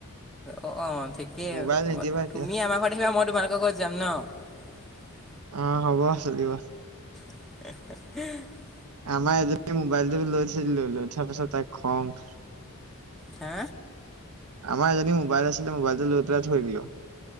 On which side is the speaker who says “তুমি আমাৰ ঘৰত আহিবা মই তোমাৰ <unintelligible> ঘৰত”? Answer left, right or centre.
Centre